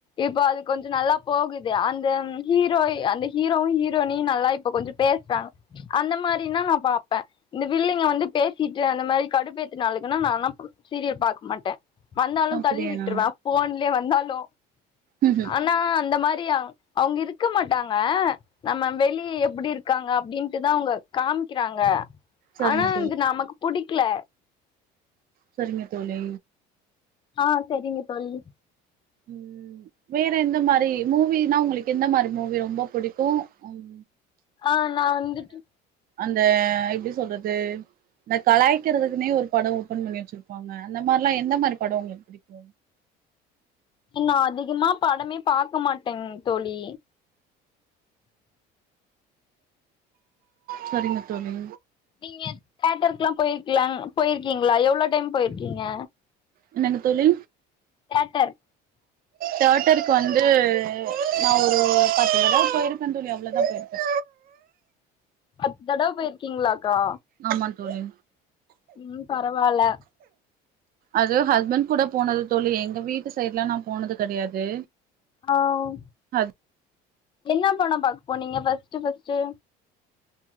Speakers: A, on the left; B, on the right.
A: இப்ப அது கொஞ்சோ நல்லா போகுது அந்த ஹீரோய் அந்த ஹீரோவு ஹீரோயினியு நல்லா இப்ப கொஞ்சோ பேசுறாங்க அந்த மாரின்னா நா பாப்பே இந்த வில்லிங்க வந்து பேசிட்டு அந்த மாரி கடுப்பேத்துனாளுகன்னா நானா இப் சீரியல் பாக்க மாட்டே வந்தாலு
B: அப்படியா
A: தள்ளி விட்ருவே போன்லே வந்தாலு
B: ம்ஹ்ம்.
A: ஆனா அந்த மாரி சியா அவுங்க இருக்க மாட்டாங்க நம்ம வெளிய எப்டி இருக்காங்க அப்டின்ட்டுதா அவுங்க காமிக்கிறாங்க
B: சரிங்க
A: ஆனா
B: தோழி
A: இது நமக்கு புடிக்ல
B: செரிங்க தோழி
A: ஆஹ் செரிங்க தோழி
B: உம் வேற எந்த மாரி மூவினா உங்களுக்கு எந்த மாரி மூவி ரொம்ப புடிக்கு உம்
A: ஆஹ் நா வந்துட்டு
B: அந்த எப்டி சொல்றது இந்த கலாய்க்றதுக்குனே ஒரு பட ஓப்பன் பண்ணி வச்சிருப்பாங்க அந்த மார்லா எந்த மாரி பட ஒங்ளுக்கு புடிக்கு
A: நா அதிகமா படமே பாக்கமாட்டே தோழி
B: செரிங்க தோழி
A: நீங்க தேட்டருக்லா போயிருக்கிலா போயிருக்கீங்ளா எவ்ளோ டைம் போயிர்க்கீங்க
B: என்னங்க தோழி
A: தேட்டர்
B: தேட்டருக்கு வந்து நா ஒரு பத்துதடவ போயிருக்கே தோழி அவ்ளதா போயிருக்கே
A: பத்து தடவ போயிருக் கீங்ளாக்கா
B: ஆமா தோழி
A: உம் பரவால்ல
B: அது ஹஸ்பண்ட் கூட போனது தோழி எங்க வீட்டு சைட்லா நா போனது கெடையாது
A: ஆஹ்
B: ஹஸ்
A: என்ன பட பாக்கப் போனிங்க ஃபர்ஸ்ட் ஃபர்ஸ்ட்டு